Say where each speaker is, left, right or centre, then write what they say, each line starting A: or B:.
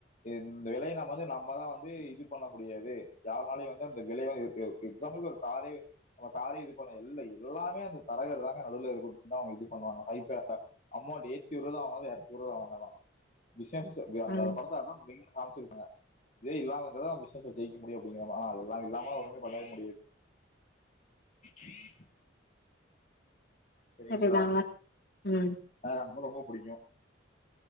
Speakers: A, on the left; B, on the left.
A: இந்த விலைய நம வந்து நம்மதான் வந்து இது பண்ண முடியாது யாருனால வந்து அந்த விலை எாம்பிள் ஒரு காரே நம்ம காரே எல்ல எல்லாமே அந்த தரகர் தாங்க நடுவுல இருக்கான் அவங்க இது பண்ணுவாங்க ஹைப்பா அமௌண்ட் ஏத்தி வருறுதான் வாங்கது இறக்கி வருதா வாங்கதான் விசேஷ அந்த
B: ம்
A: படத்த அதான் மெயின்ஹா காமிச்ச இதே இல்லாமங்கிற பிசினஸ்ல ஜெயிக்க முடியும் அப்டிங்கிற ஆனா அது எல்லாம் இல்லாம ஒமே பண்ணவே முடியாது ரிம் சரிங்களா
B: சரிதாங்க. ம்
A: என ரம்ப ரொம்ப பிடிக்கும்